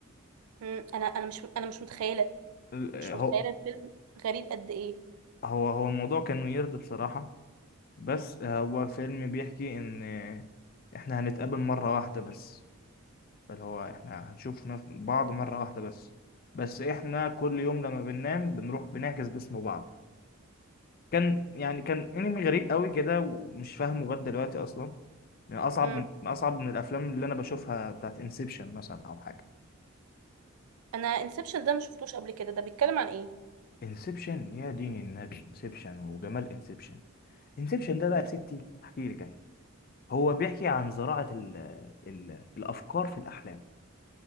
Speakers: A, on the right; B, on the left.
A: امم انا انا مش انا مش متخيلة
B: ال-
A: مش
B: هو
A: متخيلة الفيلم غريب قد ايه
B: هو هو الموضوع كان ويرد بصراحة بس هو فيلم بيحكي إن إحنا هنتقابل مرة واحدة بس اللي هو إحنا هنشوف نف- بعض مرة واحدة بس بس إحنا كل يوم لما بننام بنروح بنعكس جسم بعض كان يعني كان أنمي غريب قوي كده ومش فاهمه لغاية دلوقتي أصلا يعني أصعب
A: امم
B: من أصعب من الأفلام اللي أنا بشوفها بتاعت انسبشن مثلا أو حاجة
A: انا انسبشن ده ما شفتوش قبل كده ده بيتكلم عن ايه
B: انسبشن يا دين النبي انسبشن وجمال انسبشن انسبشن ده بقى يا ستي احكي لك انا هو بيحكي عن زراعة ال ال الافكار في الاحلام